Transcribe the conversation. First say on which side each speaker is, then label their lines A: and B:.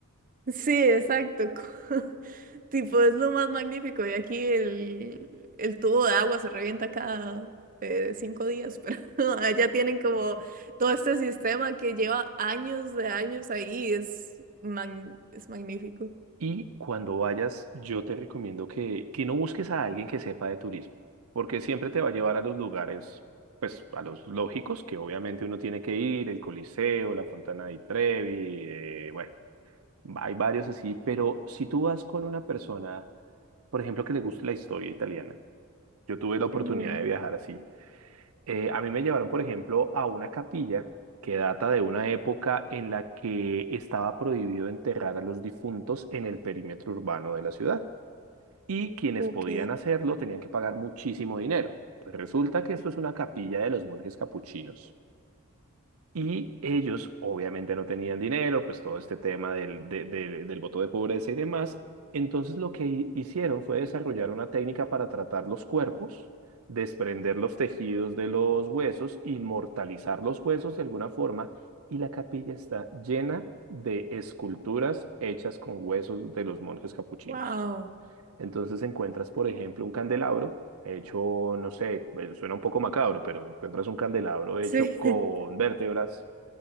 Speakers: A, on the right (about 40°); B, on the right (about 70°).
A: Sí, exacto. <laughs> Tipo, es lo más magnífico. Y aquí el, el tubo de agua se revienta cada eh, cinco días, pero <laughs> allá tienen como todo este sistema que lleva años de años ahí. Es, mag- es magnífico.
B: Y cuando vayas, yo te recomiendo que, que no busques a alguien que sepa de turismo, porque siempre te va a llevar a los lugares, pues a los lógicos, que obviamente uno tiene que ir, el Coliseo, la Fontana di Trevi, eh, bueno, hay varios así, pero si tú vas con una persona, por ejemplo, que le guste la historia italiana, yo tuve la oportunidad
A: Ujú.
B: de viajar así, eh, a mí me llevaron, por ejemplo, a una capilla que data de una época en la que estaba prohibido enterrar a los difuntos en el perímetro urbano de la ciudad y quienes
A: Ok.
B: podían hacerlo tenían que pagar muchísimo dinero. Pues resulta que esto es una capilla de los monjes capuchinos. Y ellos obviamente no tenían dinero, pues todo este tema del, de- de- del voto de pobreza y demás. Entonces lo que hi- hicieron fue desarrollar una técnica para tratar los cuerpos, desprender los tejidos de los huesos, inmortalizar los huesos de alguna forma. Y la capilla está llena de esculturas hechas con huesos de los monjes capuchinos.
A: Wow.
B: Entonces encuentras, por ejemplo, un candelabro hecho, no sé, eh, suena un poco macabro, pero encuentras un candelabro hecho
A: Sí,
B: con
A: <laughs>
B: vértebras,